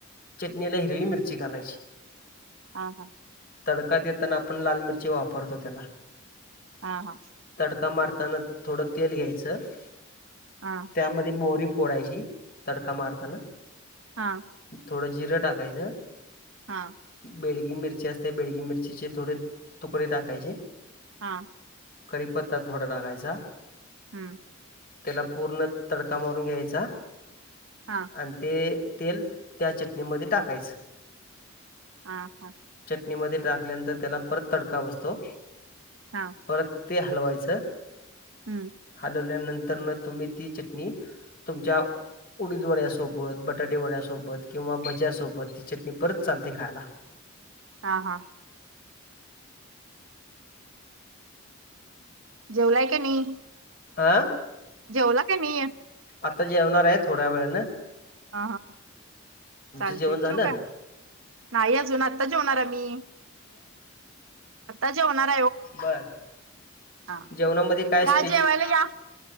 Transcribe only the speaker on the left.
चटणीला हिरवी मिरची घालायची
तडका देताना आपण लाल मिरची वापरतो त्याला
तडका मारताना थोडं तेल घ्यायचं
त्यामध्ये मोहरी फोडायची तडका मारताना
थोडं जिरं टाकायच
बेडगी मिरची असते बेडगी मिरचीचे थोडे तुकडे टाकायचे
करीपत्ता थोडा टाकायचा
त्याला पूर्ण तडका मारून घ्यायचा
आणि ते तेल त्या चटणीमध्ये टाकायच
चटणीमध्ये टाकल्यानंतर त्याला परत तडका बसतो
परत ते हलवायच
हलवल्यानंतर न तुम्ही ती चटणी तुमच्या उडीद वड्यासोबत बटाटे वड्यासोबत किंवा भज्यासोबत ती चटणी परत चालते खायला
आ?
आता जेवणार आहे थोड्या वेळ ना
जेवण झालं?
बर
जेवणामध्ये काय स्पेशल